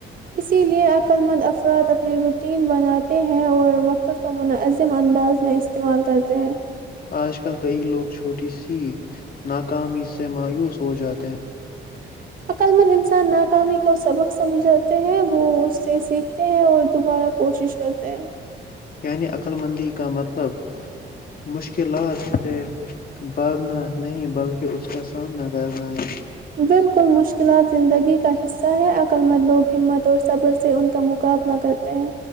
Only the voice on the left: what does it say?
آج کل کئی لوگ چھوٹی سی ناکامی سے مایوس ہو جاتے ہیں
یعنی عقل مندی کا مطلب مشکلات سے بھاگنا نہیں بلکہ اس کا سامنا کرنا ہے